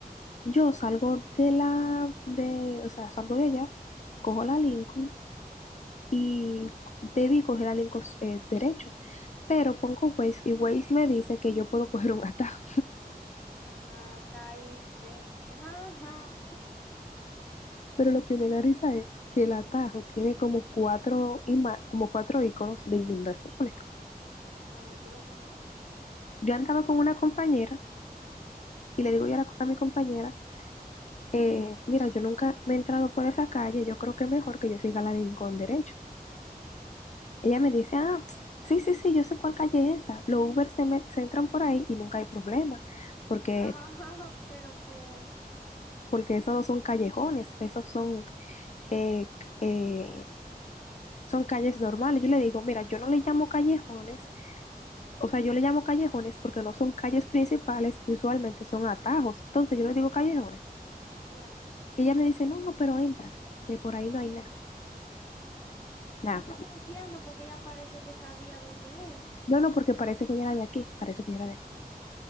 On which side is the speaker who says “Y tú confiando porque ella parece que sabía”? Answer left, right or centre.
Left